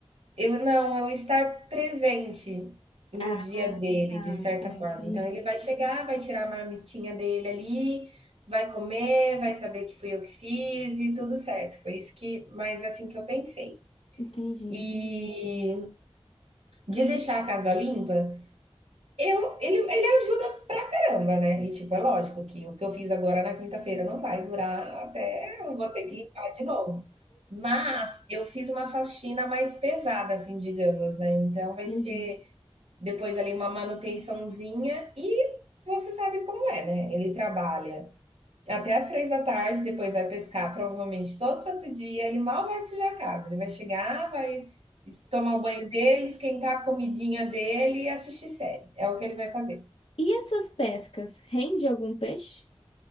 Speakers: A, on the right; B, on the left.
A: eu não, eu estar presente no
B: Ah,
A: dia dele,
B: tá,
A: de certa
B: tá,
A: forma.
B: entendi.
A: Então ele vai chegar, vai tirar a marmitinha dele ali, vai comer, vai saber que fui eu que fiz e tudo certo. Foi isso que, mas assim que eu pensei.
B: Entendi,
A: E de deixar a casa limpa, Eu, ele, ele ajuda pra caramba, né? E, tipo, é lógico que o que eu fiz agora na quinta-feira não vai durar até eu vou ter que limpar de novo. Mas eu fiz uma faxina mais pesada, assim, digamos, né? Então vai
B: entendi.
A: ser depois ali uma manutençãozinha e você sabe como é, né? Ele trabalha até as três da tarde, depois vai pescar provavelmente todo santo dia. Ele mal vai sujar a casa. Ele vai chegar, vai es- tomar o banho dele, esquentar a comidinha dele e assistir série. É o que ele vai fazer.
B: E essas pescas, rende algum peixe?